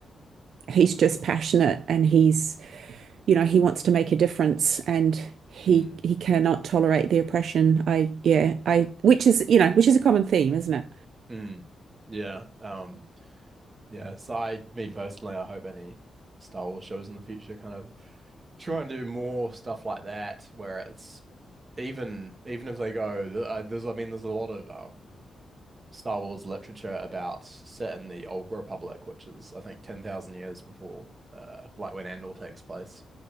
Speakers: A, on the right; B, on the right.
A: he's just passionate and he's, you know, he wants to make a difference and he
B: mm,
A: he cannot tolerate the oppression. I yeah, I which is, you know, which is a common theme, isn't it?
B: mm, yeah. Um, yeah. So I, me personally, I hope any Star Wars shows in the future kind of try and do more stuff like that, where it's even even if they go, th- uh, there's, I mean, there's a lot of um Star Wars literature about set in the Old Republic, which is I think ten thousand years before, uh, like when Andor takes place.